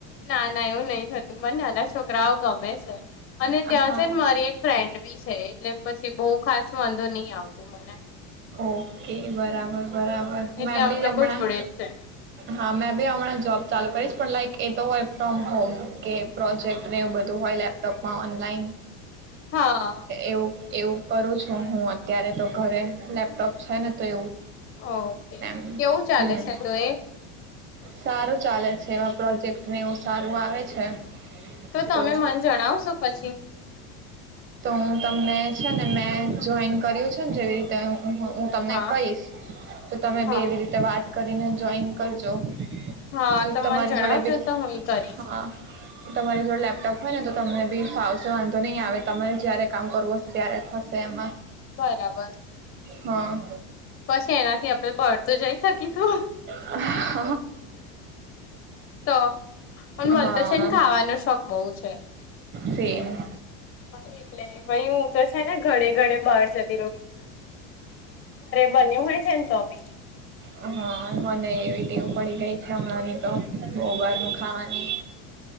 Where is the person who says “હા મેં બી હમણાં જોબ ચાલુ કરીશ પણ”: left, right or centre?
Right